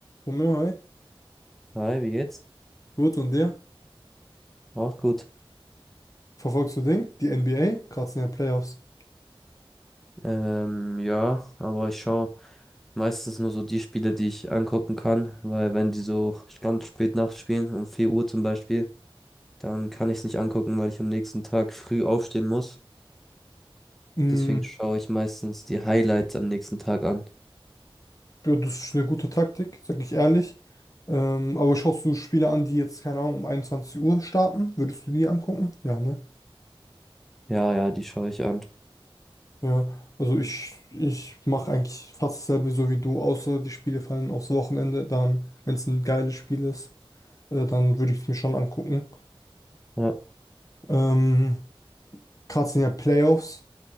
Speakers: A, on the left; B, in the centre.
A: Romeo, hi.
B: Hi, wie geht's?
A: Gut, und dir?
B: Auch gut.
A: Verfolgst du Ding? Die NBA? Gerade sind ja Playoffs.
B: Ähm, ja, aber ich schaue meistens nur so die Spiele, die ich angucken kann, weil wenn die so ganz spät nachts spielen, um 4 Uhr zum Beispiel, dann kann ich es nicht angucken, weil ich am nächsten Tag früh aufstehen muss.
A: Mm,
B: Deswegen schaue ich meistens die Highlights am nächsten Tag an.
A: ja, das ist eine gute Taktik, sag ich ehrlich. Ähm, aber schaust du Spiele an, die jetzt, keine Ahnung, um 21 Uhr starten? Würdest du die angucken? Ja, ne?
B: Ja, ja, die schaue ich an.
A: Ja, also ich, ich mache eigentlich fast dasselbe so wie du, außer die Spiele fallen aufs Wochenende. Dann, wenn es ein geiles Spiel ist, äh, dann würde ich es mir schon angucken.
B: Ja.
A: Ähm, gerade sind ja Playoffs.